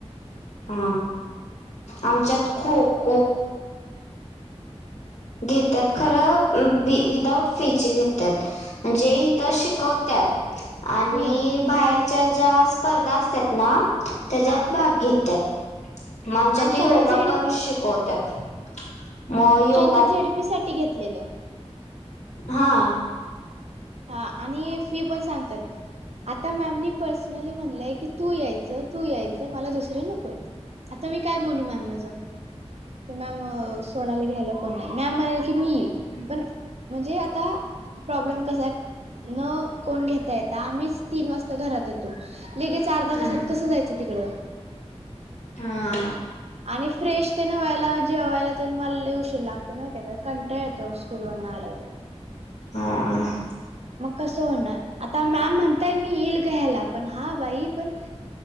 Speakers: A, on the left; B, on the right.
A: हा आमच्यात खो खो घेतात खरं विदाउट फीची घेतात म्हणजे तर शिकवतात
B: हा का?
A: आणि
B: हम्म
A: बाहेरच्या ज्या स्पर्धा असतात ना त्याच्यात
B: हा
A: भाग घेतात मग आमच्यात
B: आमच्या
A: योगा
B: आता झेडपी
A: पण श शिकवत्यात मग योगा
B: जेडीपी साठी घेतलेलं
A: हा
B: हा आणि फी पण सांगतात आता मॅमनी पर्सनली म्हणलंय की तू यायचं तू यायचं मला दुसरे नकोयच आता मी काय बोलू मॅम मॅ सोडला घ्यायला कोण नाही मॅम म्हणाल की मी येईल
A: हम्
B: पण म्हणजे आता प्रॉब्लेम कसा आहे न कोण घेता यता आम्हीच तीन वाजता घरात येतो लगे अर्धा
A: हा
B: तासात कसं जायचं तिकडं
A: हा
B: आणि फ्रेश तेन व्हायला जेवायला ते मलले उशीर लागतो माहिती का कंटा य तो स्कूलून न आलेवर
A: ह
B: मग कस होणार आता मॅम म्हणताय मी येईल घ्यायला पण हा बाई पण